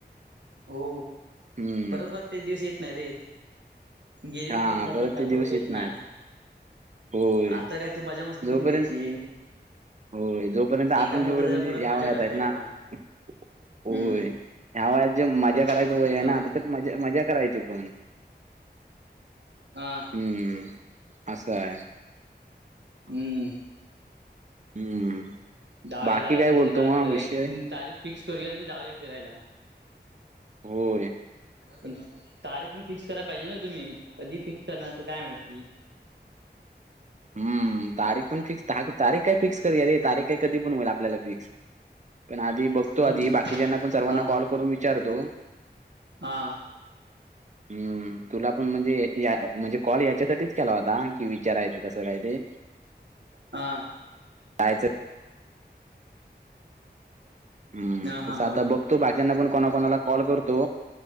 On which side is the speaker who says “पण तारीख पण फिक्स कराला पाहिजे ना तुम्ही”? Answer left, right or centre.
Right